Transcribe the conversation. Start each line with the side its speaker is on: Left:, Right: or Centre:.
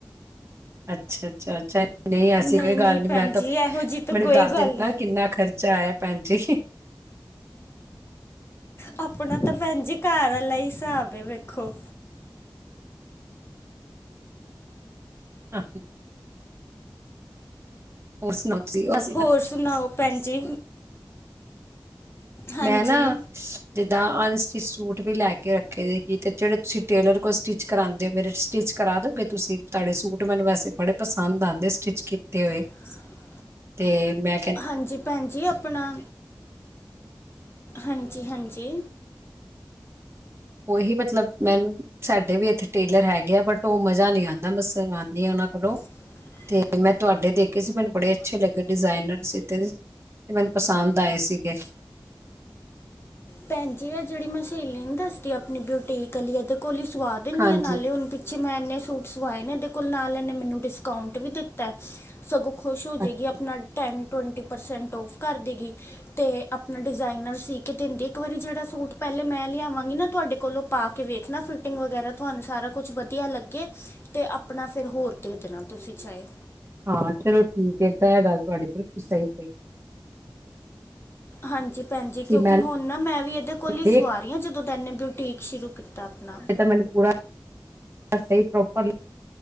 Right: ਅੱਛਾ ਅੱਛਾ ਅੱਛਾ ਨਹੀ ਐਸੀ
Left: ਨਹੀਂ
Right: ਕੋਈ
Left: ਨਹੀਂ
Right: ਗੱਲ ਨੀ
Left: ਭੈਣ
Right: ਮੈ ਤਾਂ
Left: ਜੀ ਇਹੋ ਜੀ ਤਾਂ
Right: ਮੈਨੂੰ
Left: ਕੋਈ
Right: ਦੱਸ
Left: ਗੱਲ
Right: ਦਿੰਦਾ
Left: ਨਹੀਂ
Right: ਕਿੰਨਾ ਖ਼ਰਚਾ ਖ਼ਰਚਾ ਆਇਆ ਭੈਣ ਜੀ।
Left: ਆਪਣਾ ਤਾਂ ਭੈਣ ਜੀ ਘਰ ਵਾਲਾ ਹੀ ਹਿਸਾਬ ਏ ਵੇਖੋ।
Right: <inaudible> ਹੋਰ ਸੁਣਾਓ ਤੁਸੀ ਬਸ
Left: ਹੋਰ ਸੁਣਾਓ ਭੈਣ ਜੀ ਹਾਂਜੀ
Right: ਮੈ ਨਾ ਜਿਦਾ ਅਨਸਟਿਚ ਸੂਟ ਵੀ ਲੈ ਕੇ ਰੱਖੇ ਸੀ। ਕਿਤੇ ਜਿਹੜੇ ਤੁਸੀ ਟੇਲਰ ਕੋਲ ਸਟਿਚ ਕਰਾਉਦੇ ਹੋ ਮੇਰੇ ਸਟਿਚ ਕਰਾ ਦੋਗੇ ਤੁਸੀ ਤੁਹਾਡੇ ਸੂਟ ਮੈਨੂੰ ਵੈਸੇ ਬੜੇ ਪਸੰਦ ਆਉਦੇ ਸਟਿਚ ਕੀਤੇ ਹੋਏ।
Left: <inaudible>
Right: ਤੇ ਮੈ
Left: ਹਾਂਜੀ ਭੈਣ ਜੀ ਆਪਣਾ ਹਾਂਜੀ -ਹਾਂਜੀ
Right: ਉਹੀ ਮਤਲਬ ਮੈਨੂੰ ਸਾਡੇ ਵੀ ਇਥੇ ਟੇਲਰ ਹੈਗੇ ਆ ਬਟ ਉਹ ਮਜ਼ਾ ਨਹੀ ਆਉਦਾ ਮੈ ਸੁਵਾਉਦੀ ਹਾਂ ਉਹਨਾ ਕੋਲੋ
Left: <inaudible>
Right: ਤੇ ਮੈ ਤੁਹਾਡੇ ਦੇਖੇ ਸੀ। ਮੈਨੂੰ ਬੜੇ ਅਛੇ ਲਗੇ ਡਿਜ਼ਾਇਨਰ ਸੀਤੇ ਤੇ ਮੈਨੂੰ ਪਸੰਦ ਆਏ ਸੀਗੇ।
Left: ਭੈਣ ਜੀ ਆ ਜਿਹੜੀ ਮੈ ਸਹੇਲੀ ਨੀ ਦਸਦੀ ਆਪਣੀ ਬੁਟੀਕ ਵਾਲੀ ਇਹਦੇ ਕੋਲ ਸਵਾ ਦੇਦੀ
Right: ਹਾਂਜੀ
Left: ਆ ਨਾਲੇ ਹੁਣ ਜੇ ਮੈ ਇਨੇ ਸੂਟ ਸਵਾਏ ਨੇ ਇਹਦੇ ਕੋਲ ਨਾਲ ਇਹਨੇ ਮੈਨੂੰ ਡਿਸਕਾਊਟ ਵੀ ਦਿਤਾ। ਸਗੋ ਖੁਸ਼ ਹੋ ਜਾਵੇਗੀ
Right: ਅੱਛਾ,
Left: ਆਪਣਾ ਟੈਂਟ ਟਵੈਂਟੀ ਪਰਸੈਂਟ ਔਫ ਕਰ ਦੇ ਗ ਤੇ ਆਪਣਾ ਡਿਜ਼ਾਇਨਰ ਸੀ ਕੇ ਦਿੰਦੀ ਇਕ ਵਾਰੀ ਜਿਹੜਾ ਸੂਟ ਪਹਿਲੇ ਮੈ ਲਿਆਵਾਂਗੀ ਨਾ ਤੁਹਾਡੇ ਕੋਲੋ ਪਾ ਕੇ ਵੇਖਣਾ ਫਿਟਿੰਗ ਵਗੈਰਾ ਤੁਹਾਨੂੰ ਸਾਰਾ ਕੁੱਛ ਵਧੀਆ ਲਗੇ ਤੇ ਆਪਣਾ ਫਿਰ ਹੋਰ ਦੇ ਦੇਣਾ ਤੁਸੀ ਚਾਹੇ
Right: ਹਾਂ ਚਲੋ ਠੀਕ ਏ ਗੱਲ ਤੁਹਾਡੀ ਬਿਲਕੁਲ ਸਹੀ ਕਈ
Left: ਹਾਂਜੀ ਭੈਣ ਜੀ
Right: ਸੀ
Left: ਕਿਉਕਿ
Right: ਮੈਂ
Left: ਹੁਣ ਨਾ ਮੈ ਵੀ ਇਹਦੇ ਕੋਲ ਹੀ
Right: ਦੇਖ
Left: ਸਵਾ ਰਹੀ ਹਾਂ। ਜਦੋ ਦਾ ਈਨੇ ਬੂਟੀਕ ਸ਼ੁਰੂ ਕੀਤਾ ਆਪਣਾ
Right: ਇਹ ਤਾਂ ਮੈਨੂੰ ਪੂਰਾ ਸਹੀ ਪ੍ਰੋਪਰ